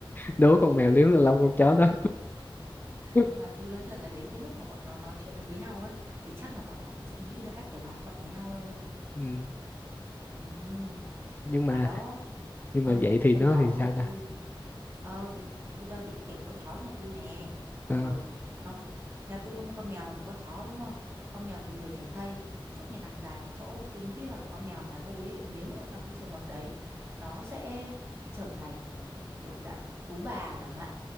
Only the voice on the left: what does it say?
đố con mèo liếm lên lông con chó đó <laughs>
ừ.
nhưng
mà
nhưng
mà vậy thì
nó
thì sao
ta
ừ.